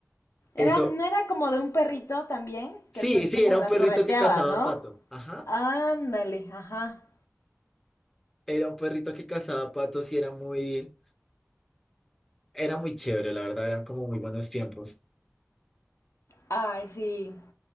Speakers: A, in the centre; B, on the left.
A: Eso,
B: Era, no era como de un perrito también, que
A: Sí,
B: el perrito
A: sí, era
B: como
A: un
B: las
A: perrito
B: correteaba,
A: que cazaba
B: ¿no?
A: patos. Ajá.
B: Ándale, ajá.
A: Era un perrito que cazaba patos y era muy, era muy chévere, la verdad, eran como muy buenos tiempos.
B: Ay, sí.